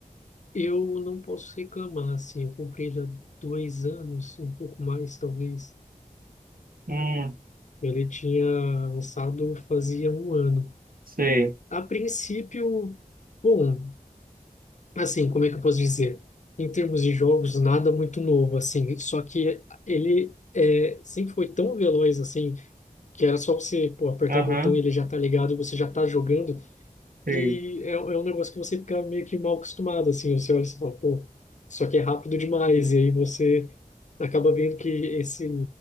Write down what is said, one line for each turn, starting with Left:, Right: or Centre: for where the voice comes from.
Left: Eu não posso reclamar, assim, eu comprei já dois anos, um pouco mais talvez.
Right: Hum,
Left: Ele tinha lançado fazia um ano.
Right: sei.
Left: A princípio, bom, assim, como é que eu posso dizer? Em termos de jogos, nada muito novo, assim, só que ele é, sempre foi tão veloz, assim, que era só você, pô, apertar
Right: Aham,
Left: o botão, e ele já tá ligado, você já tá jogando,
Right: sei.
Left: que é, é um negócio que você fica meio que mal acostumado, assim, você olha e você fala, pô, isso aqui é rápido demais, e aí você acaba vendo que esse,